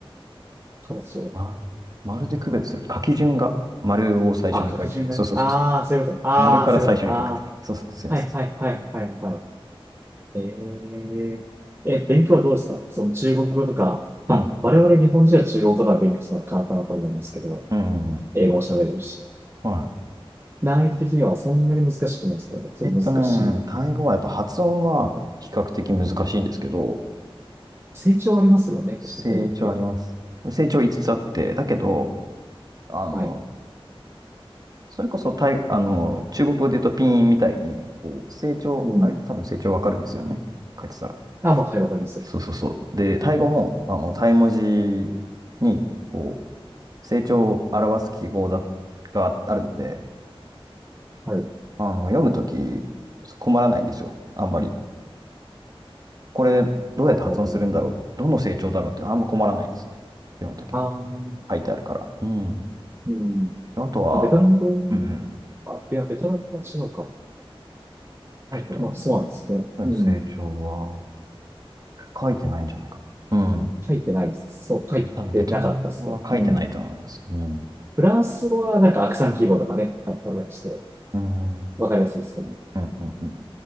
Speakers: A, on the right (about 25°); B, on the right (about 40°).
A: 形を。
B: 丸、丸で区別する。書き順が丸を最初に書いて、
A: あ、書き順がね。
B: そうそうそ
A: ああ、そういうこと。ああ、
B: う。丸から最初に書くって。
A: そういうこと。ああ。
B: そうそう、すいません。
A: はいはいはいはいはい。えー、え、勉強はどうですかその中国語とか、まあ、
B: うん。
A: 我々日本人は中国語とか勉強するのは簡単だと思いますけど、
B: うん。
A: 英語も喋れるし、
B: はい。
A: 難易度的にはそんなに難しくないですかね。ちょっと難しい。
B: えっとね、タイ語はやっぱ発音は比較的難しいんですけど、
A: 成長ありますよね、
B: 成長あります。
A: 確か対応って。
B: 成長5つつあって、だけど、あの、
A: はい。
B: それこそタイ、あの、中国語で言うとピンみたいに、こう、成長、
A: うん。
B: あれ、多分成長わかるんですよね。書いてたら。
A: あ、まあ、はい、わかります。
B: そうそうそう。で、タイ語も、あの、タイ文字に、こう、成長を表す記号だ、があるので、
A: はい。
B: あの、読むとき、そう困らないんですよ。あんまり。これどうやって発音するんだろう、
A: ほうほうほう。
B: どの成長だろうってあんま困らないですね。読むときに
A: あー、
B: 書いてあるから。うん。
A: うん。
B: あとは、
A: まあ、ベトナム語、
B: うんうん。
A: あ、いや、ベトナム語は違うか。
B: ベトナムの成長は
A: はい、まあ、そうなんですね。うん。
B: 書いてないんじゃないか。うん。
A: 書いてないです。そう、
B: か多分ベトナム語は書いてないと思います。
A: 書いてなかったっすね。うん。
B: うん。
A: フランス語はなんかアクサン記号とかね、あったりして、
B: うん。うん。
A: わかりやすいですよね。
B: うん。うん